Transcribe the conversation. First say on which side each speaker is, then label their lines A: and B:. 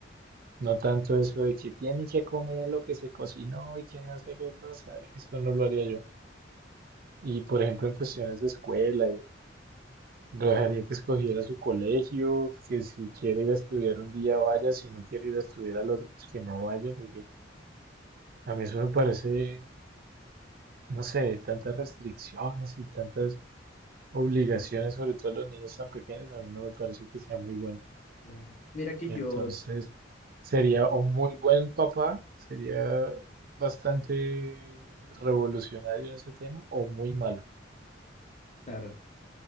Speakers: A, on the right; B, on the left.
A: No tanto eso de que tiene que comer lo que se cocinó y que no sé qué cosa. Eso no lo haría yo. Y por ejemplo, en cuestiones de escuela, yo lo dejaría que escogiera su colegio, que si quiere ir a estudiar un día vaya, si no quiere ir a estudiar al otro, pues que no vaya, porque a mí eso me parece, no sé, tantas restricciones y tantas obligaciones, sobre todo a los niños tan pequeños, a mí no me parece que sea muy bueno.
B: Claro. Mira que
A: Entonces,
B: yo,
A: sería un muy buen papá, sería bastante revolucionario en ese tema, o muy malo.
B: claro,